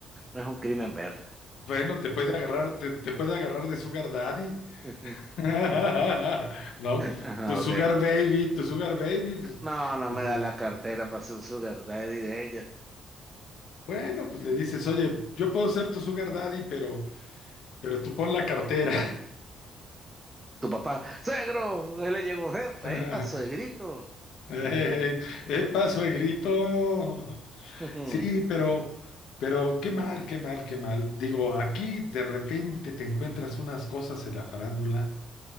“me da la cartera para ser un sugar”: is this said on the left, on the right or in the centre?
Right